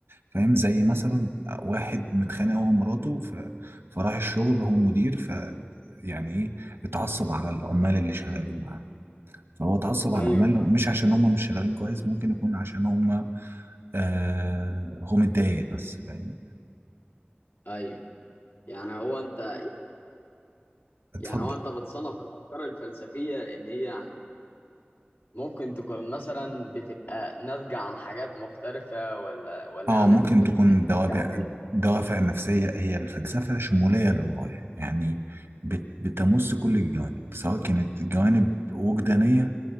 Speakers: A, on the right (about 80°); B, on the left (about 65°).
A: فاهم زي مثلا واحد متخانق هو ومراته ف... فراح الشغل هو مدير ف يعني ايه اتعصب على العمال اللي شغالين معاه فهو اتعصب على
B: ايوه
A: العمال
B: فاهم
A: لو- مش عشان هم مش شغالين كويس ممكن يكون عشان هم آه هو متضايق بس فاهم
B: ايوه يعني هو انت
A: فاتفضل
B: يعني هو انت بتصنف الافكار الفلسفيه ان هي يعني ممكن تكون مثلا بتبقى ناتجه عن حاجات مختلفه ولا ولا
A: اه
B: يعني
A: ممكن
B: بتكون
A: تكون
B: ناتجه
A: دوافع
B: عن ايه؟
A: دوافع نفسية هي الفلسفة شمولية للغاية يعني بت- بتمس كل الجوانب سواء كانت جوانب وجدانية